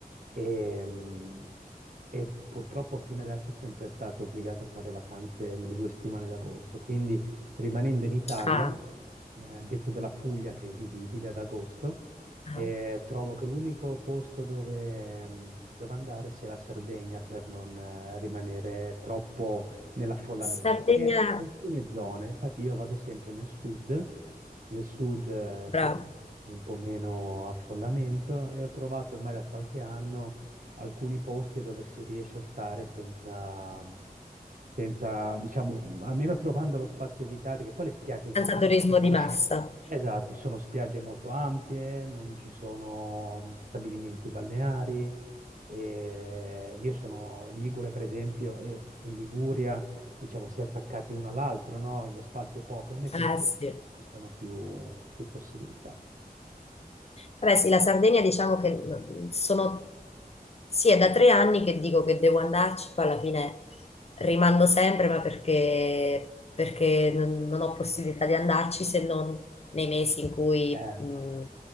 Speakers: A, on the right (about 55°); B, on the left (about 40°).
A: e, mm, e purtroppo fino adesso sono sempre stato obbligato a fare vacanze nelle due settimane d'agosto, quindi rimanendo in Italia,
B: ah,
A: eh, detto della Puglia che è invivibile ad agosto,
B: ah,
A: e trovo che l'unico posto dove, ehm, dove andare sia la Sardegna per non eh, rimanere troppo nell'affollamento.
B: Sardegna,
A: E alcune zone, infatti io vado sempre nel sud, nel sud eh,
B: bravo,
A: secondo me, un po' meno affollamento e ho trovato ormai da qualche anno alcuni posti dove si riesce a stare senza, senza, diciamo, almeno trovando lo spazio vitale, perché poi le spiagge in Sardegna
B: senza turismo
A: le conosci.
B: di massa.
A: Esatto, sono spiagge molto ampie, non ci sono stabilimenti balneari. e io sono Ligure, per esempio, e in Liguria, diciamo, si è attaccati uno all'altro, no? Lo spazio è poco, invece
B: Ah,
A: in Sardegna
B: sì.
A: ci sono più, più possibilità.
B: Beh, sì, la Sardegna diciamo che mm, sono, sì, è da tre anni che dico che devo andarci, poi alla fine rimando sempre, ma perché, perché non non ho possibilità di andarci se non nei mesi in cui
A: Eh,
B: mm,